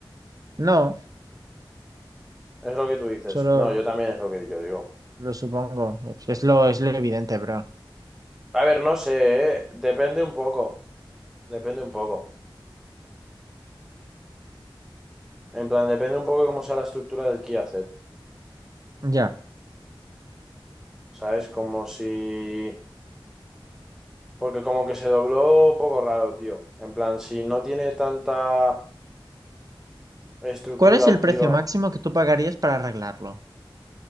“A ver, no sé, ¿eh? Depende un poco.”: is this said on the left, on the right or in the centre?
Centre